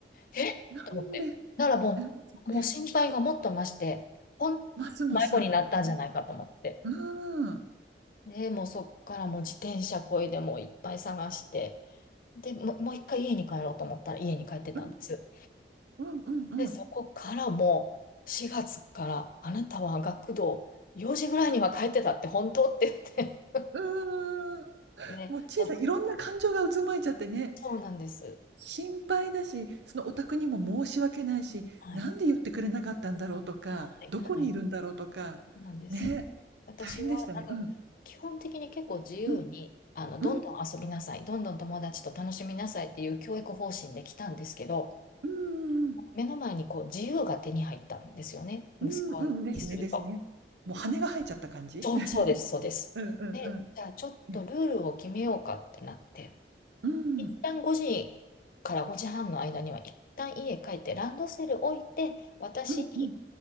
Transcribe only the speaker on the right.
なんで、
ええ、
ええ
ますます。
うーん。
うん。うんうんうん。
うーん。
もうちさん、
いろんな感情が渦巻いちゃってね。
心配だし、そのお宅にも申し訳ないし、
なんで言ってくれなかったんだろうとか、
どこにいるんだろうとか、
ね、
大変でしたね。うん。うん。うん。
うん、
うん。
うん、うん。ですねですね。もう羽が生えちゃった感じ？
<laughs>
うんうんうん。
ね。うん。
うんうん。